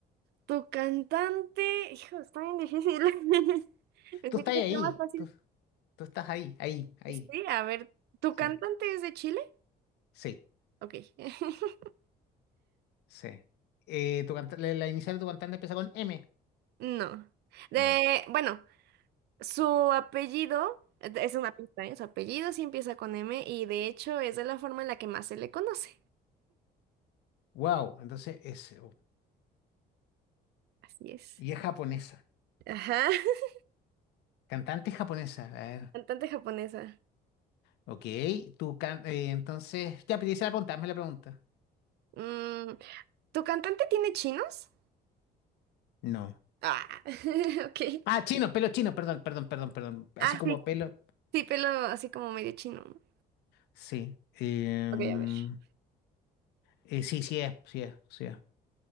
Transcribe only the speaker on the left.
Tú estás
ahí.
Tú, tú estás ahí, ahí, ahí.
Sí.
Sí,
sí. Eh, tu canta- la, la inicial de tu cantante empieza con M.
No.
Wow, entonces es. oh,
Y es japonesa.
Cantante japonesa. A ver.
Ok, tu can- eh, entonces. Ya, pedí la pregunta, hazme la pregunta.
No.
Ah, chino, pelo chino, perdón, perdón, perdón, perdón. Así
como
pelo.
Sí. Em,
eh, sí, sí es, sí es, sí es.